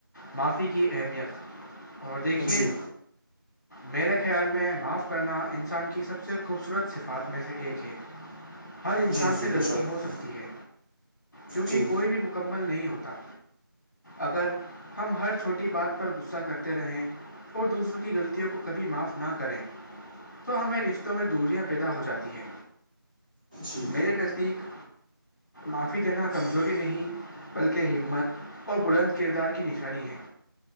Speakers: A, on the left (about 50°); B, on the right (about 20°).
A: معافی کی اہمیت اور دیکھیے
B: جی
A: میرے خیال میں معاف کرنا انسان کی سب سے خوبصورت صفات میں سے ایک ہے ہر انسان
B: جی
A: سے
B: جی
A: غلطی
B: بے شک
A: ہو سکتی ہے کیونکہ
B: جی
A: یہ کوئی بھی مکمل نہیں ہوتا اگر ہم ہر چھوٹی بات پر غصہ کرتے رہیں اور دوسروں کی غلطیوں کو کبھی معاف نہ کریں تو ہمیں رشتوں میں دوریاں پیدا ہو جاتی ہے
B: جی
A: میرے نزدیک معافی دینا کمزوری نہیں بلکہ ہمت اور بلند کردار کی نشانی ہے